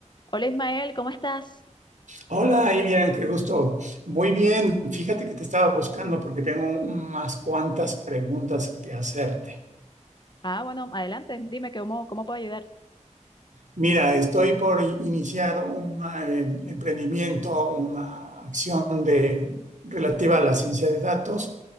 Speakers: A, on the left; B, on the right.
A: Hola Ismael, ¿cómo estás?
B: Hola, Irian, qué gusto. Muy bien, fíjate que te estaba buscando porque tengo unas cuantas preguntas que hacerte.
A: Ah, bueno, adelante, dime que cómo, cómo puedo ayudar.
B: Mira, estoy por i- iniciar un eh, emprendimiento, una acción de, relativa a la ciencia de datos